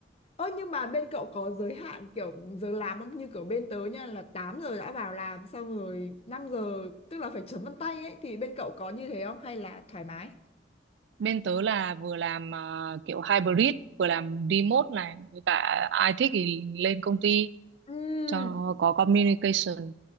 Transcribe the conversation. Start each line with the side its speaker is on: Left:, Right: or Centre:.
Left: Ơ nhưng mà bên cậu có giới hạn kiểu giờ làm không? Như kiểu bên tớ nha là 8 giờ đã vào làm xong rồi 5 giờ tức là phải chấm vân tay ấy thì bên cậu có như thế không hay là thoải mái?
Right: Bên tớ là vừa làm ờ, kiểu hybrid, vừa làm remote này, với cả ai thích thì lên công ty
Left: Ừ,
Right: cho nó có communication